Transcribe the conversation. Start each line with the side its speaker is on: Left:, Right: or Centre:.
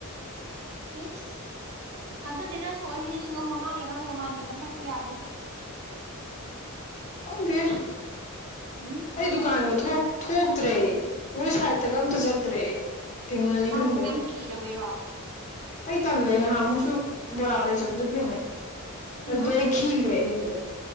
Right: ꯑꯦꯁ ꯊꯥꯖꯗꯦꯅ ꯁꯣꯛ ꯑꯅꯤ ꯂꯤꯁꯤꯡ ꯑ ꯃꯉꯥꯒꯤ ꯑꯉꯥꯡ ꯃꯃꯥꯟꯗꯦ ꯃꯁꯛꯇꯨ ꯌꯥꯗꯦ
Left: ꯈꯪꯗꯦ
Right: ꯎꯝꯍꯨꯝ
Left: ꯑꯩ
Right: ꯃꯥꯟꯗꯦ
Left: ꯗꯨꯀꯥꯟꯒ ꯊꯣꯛꯇ꯭ꯔꯦ ꯅꯣꯏ ꯁꯥꯏꯗꯠꯇꯒ ꯑꯝꯇ ꯆꯠꯇ꯭ꯔꯦ ꯑꯩ ꯊꯦꯡꯅꯅꯤ
Right: ꯃꯥꯕꯨ
Left: ꯈꯟꯕꯩ
Right: ꯌꯥꯝ ꯀꯤꯔꯕꯩꯔꯣ
Left: ꯑꯩ ꯇꯜꯂꯦ ꯉꯥꯏꯍꯥꯛꯃꯨꯛꯁꯨ ꯕꯣꯔꯥ ꯂꯩ ꯆꯠꯕꯗ ꯊꯦꯡꯅꯩ
Right: ꯍꯩꯃꯥ
Left: ꯑꯗꯨꯗ ꯈꯤꯒ꯭ꯔꯦ ꯑꯩ ꯑꯗꯨꯗꯩ